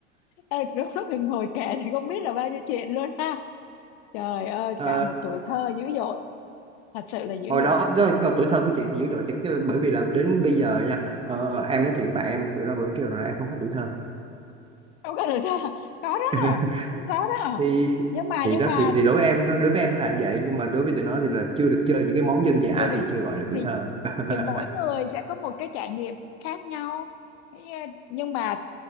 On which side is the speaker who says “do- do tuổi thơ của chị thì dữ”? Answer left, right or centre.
Right